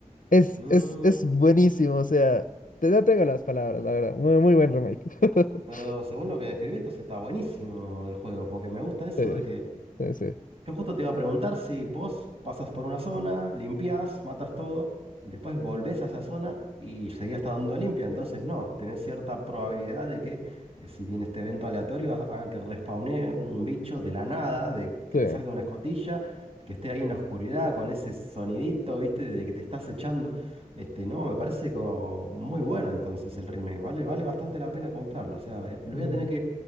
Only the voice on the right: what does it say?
Mm,
Pero según lo que describí, entonces está buenísimo el juego, porque me gusta eso
de que
yo justo te iba a preguntar si vos pasas por una zona, limpias, matas todo, después volvés a esa zona y seguías estando donde limpia. Entonces, no, tenés cierta probabilidad de que eh, si viene este evento aleatorio, ha- haga que respawnee un bicho de la nada, de que
te salga una escotilla, que esté ahí en la oscuridad con ese sonidito, ¿viste? De que te estás echando. Este, no, me parece como muy bueno entonces el remake. Vale, vale bastante la pena comprarlo. O sea, eh, lo
voy a tener